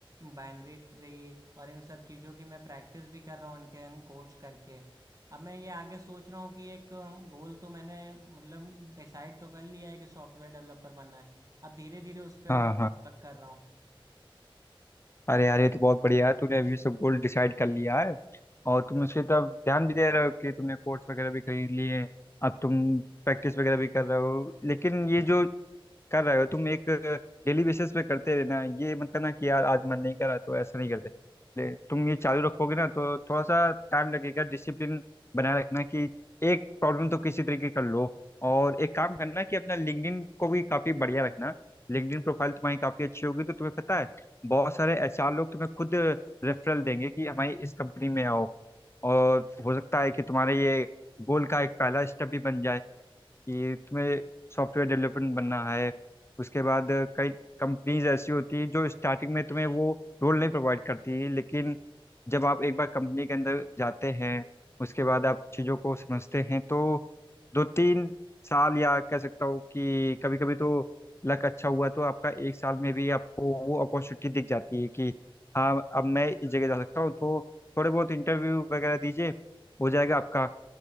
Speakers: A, on the right; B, on the left.
A: बाइनरी ट्री और इन सब चीज़ों की मैं प्रैक्टिस भी कर रहा हूँ इनके कोर्स करके अब मैं ये आगे सोच रहा हूँ कि एक गोल तो मैंने मतलब डिसाइड तो कर लिया है कि सॉफ्टवेयर डेवलपर बनना है अब धीरे धीरे उस पर
B: हाँ
A: मैं
B: हाँ
A: वर्क कर रहा हूँ
B: अरे यार ये तो बहुत बढ़िया है तूने अभी सब गोल डिसाइड कर लिया है और तुम
A: हम्म
B: उसके तरफ ध्यान भी दे रहे हो कि तुमने कोर्स वगैरह भी खरीद लिए हैं अब तुम प्रैक्टिस वगैरह भी कर रहे हो लेकिन ये जो कर रहे हो तुम एक डेली बेसिस पे करते रहना ये मत करना कि यार आज मन नहीं करा तो ऐसा नहीं करते ले- तुम ये चालू रखोगे ना तो थोड़ा सा टाइम लगेगा डिसिप्लिन बनाए रखना कि एक प्रॉब्लम तो किसी तरीके कर लो और एक काम करना कि अपना लिंक्डइन को भी काफ़ी बढ़िया रखना लिंक्डइन प्रोफाइल तुम्हारी काफ़ी अच्छी होगी तो तुम्हें पता है बहुत सारे एचआर लोग तुम्हें खुद रेफरल देंगे कि हमारी इस कंपनी में आओ और हो सकता है कि तुम्हारे ये गोल का एक पहला स्टेप भी बन जाए कि तुम्हें सॉफ्टवेयर डेवलपमेंट बनना है उसके बाद कई कंपनीज ऐसी होती है जो स्टार्टिंग में तुम्हें वो रोल नहीं प्रोवाइड करती लेकिन जब आप एक बार कंपनी के अंदर जाते हैं उसके बाद आप चीज़ों को समझते हैं तो दो तीन साल या कह सकता हूँ कि कभी कभी तो लक अच्छा हुआ तो आपका एक साल में भी आपको वो अपॉर्चुनिटी दिख जाती है कि हाँ अब मैं इस जगह जा सकता हूँ तो थोड़े बहुत इंटरव्यू वगैरह दीजिए हो जाएगा आपका